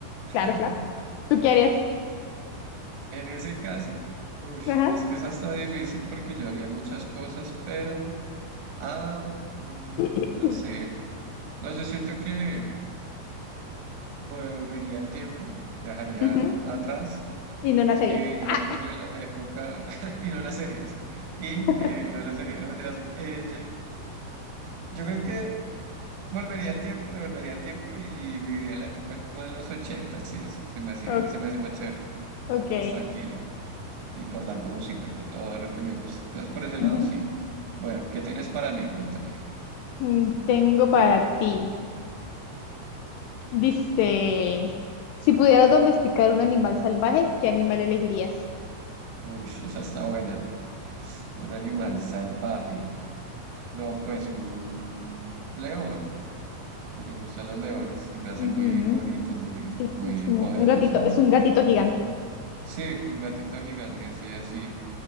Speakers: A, on the right; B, on the left.
A: <laughs>
B: Claro, claro. ¿Tú qué harías?
A: En ese caso, uy,
B: Ajá.
A: es que es hasta difícil porque yo haría muchas cosas, pero... Ah, mm,
B: <laughs>
A: no
B: Ujú.
A: sé. No, yo siento que volvería al tiempo, viajaría
B: Ujú.
A: atrás
B: Y no nacerías.
A: y viviría
B: Ah.
A: como en la época... <laughs> y no nacería así. Y
B: <laughs>
A: eh, no nacería, no mentiras, eh, ye- yo creo que eh, volvería al tiempo, devolvería al tiempo y viviría en la época como de los ochentas y eso. Se me hace,
B: O-
A: se me hace más chévere,
B: Ok.
A: como más tranquila. y por la música, por todo lo que me gusta. Entonces, por ese
B: Ujú.
A: lado, sí. Bueno, ¿qué tienes para mí? Cuéntame.
B: Mm, Tengo para ti. Dice, si pudieras domesticar un animal salvaje, ¿qué animal elegirías?
A: Uy, esa está buena. Un animal salvaje. No, pues un león. Me gustan los leones. Se me
B: Ujú.
A: hacen muy bonitos, muy,
B: Sí,
A: muy
B: es como
A: poderosos,
B: un gatito,
A: ¿no?
B: es un gatito gigante.
A: Sí, un gatito gigante así, así.